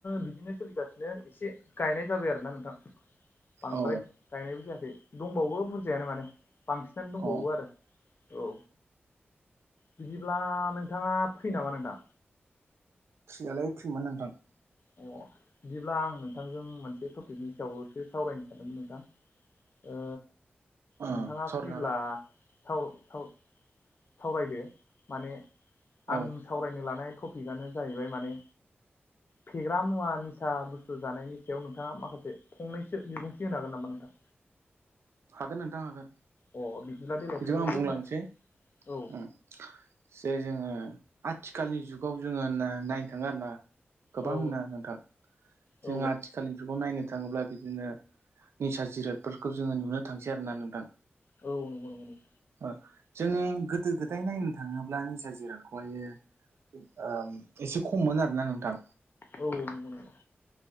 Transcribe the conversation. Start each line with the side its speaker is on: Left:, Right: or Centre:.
Left: बिदिनो सोलिगासिनो एसे गायनाय जाबाय आरोना नोंथां। बांद्राय
Right: औ
Left: गायनायबो जायाखै। दंबावो बुरजायानो माने बांसिनानो दंबावो
Right: औ
Left: आरो औ। बिदिब्ला नोंथाङा फ्रि नामा नोंथां?
Right: फ्रियालाय फ्रिमोन नोंथां।
Left: अ बिदिब्ला आं नोंथांजों मोनसे टपिकनि सायावसो सावरायनो सानदोंमोन नोंथां। ओ
Right: ओ
Left: नोंथाङा
Right: सावरायनो
Left: फ्रिब्ला
Right: हागोन
Left: साव‌ साव सावरायदो माने आं
Right: औ
Left: सावरायनो लानाय टपिकआनो जाहैबाय माने फेग्रा मुवा निसा बुस स्थु जानायनि सायाव नोंथाङा माखासे फंनैसो बिबुंथि होनो हागोन नामा नोंथां?
Right: हागोन नोंथां हागोन।
Left: अ बिदिब्ला देलाय
Right: बिदिबा
Left: फंनैसो
Right: आं बुंलांसै
Left: बुंलाय औ
Right: उम जे जोङो आथिखालनि जुगाव जोङो नायनो थाङो आरो ना गोबां
Left: औ
Right: नो नोंथां।
Left: औ
Right: जोंङो आथिखालनि जुगाव नायनो थाङोब्ला बिदिनो निसा जिरादफोरखौ जोङो नुनो थांसै आरो ना नोंथां।
Left: औ नंगौ नंगौ नंगौ
Right: ओ जोङो गोदो गोदाय नायनो थाङोब्ला निजा जिरादखौहायो ओम एसे खममोन आरोना नोंथां।
Left: औ नंगौ नंगौ।